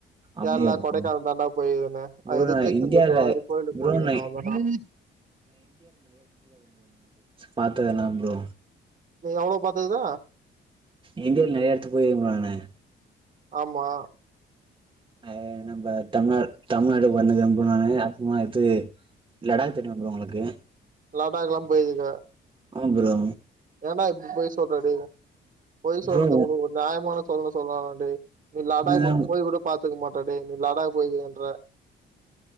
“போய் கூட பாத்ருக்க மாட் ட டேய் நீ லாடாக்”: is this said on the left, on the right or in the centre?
Right